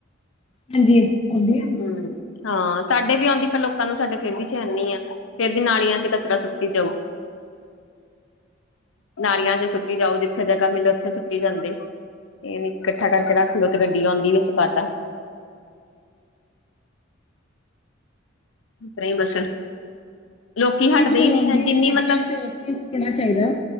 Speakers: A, on the left (about 30°); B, on the left (about 80°).
A: ਹਾਂਜੀ ਆਉਂਦੀਆ।
B: ਹੂੰ। ਹਾਂ ਸਾਡੇ ਵੀ ਆਦੀ ਪਰ ਲੋਕਾਂ ਨੂੰ ਸਾਡੇ ਫੇਰ ਵੀ ਚੈਨ ਨੀ ਆ ਫੇਰ ਵੀ ਨਾਲੀਆਂ 'ਚ ਕਚਰਾ ਸੁੱਟੀ ਜਾਊ। ਨਾਲੀਆਂ 'ਚ ਸੁੱਟੀ ਜਾਓ ਜਿੱਥੇ ਜਗ੍ਹਾ ਮਿਲੇ। ਉੱਥੇ ਛੱਟੀ ਜਾਂਦੇ ਇਹਨ ਇਕੱਠਾ ਕਰਕੇ ਰੱਖ ਚਲੋ ਤੇ ਗੱਡੀ ਆਉਂਦੀ ਵਿੱਚ ਪਾਤਾ। ਰਹੀਂ, ਬਸ ਲੋਕੀ ਹਟਦੇ
A: ਨਹੀਂ, ਜਦੋਂ
B: ਹੀ ਨੀ
A: ਆਉਂਦੀ
B: ਆ ਜਿੰਨੀ
A: ਨੇ ਗੱਡੀਆਂ
B: ਮਤਲਬ
A: ਤੇ ਉਥੇ ਰੂਕਣਾ ਚਾਹੀਦਾ।